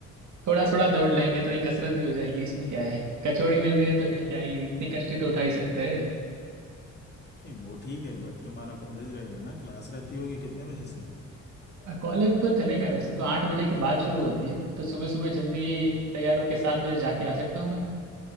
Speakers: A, on the right (about 70°); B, on the left (about 35°).
A: थोड़ा थोड़ा दौड़ लेंगे थोड़ी कसरत भी हो जाएगी इसमें क्या है कचौड़ी मिल रही है तो फिर क्या ही इतनी कष्टी तो उठा ही सकते हैं
B: नहीं वो ठीक है बट तुम्हारा कॉलेज रहेगा ना क्लास रहती होगी कितने बजे से
A: कॉलेज तो चलेगा वैसे तो आठ बजे के बाद शुरू होती है तो सुबह सुबह जल्दी
B: हाँ
A: तैयार
B: तो
A: होके सात बजे जाके आ सकता हूँ मैं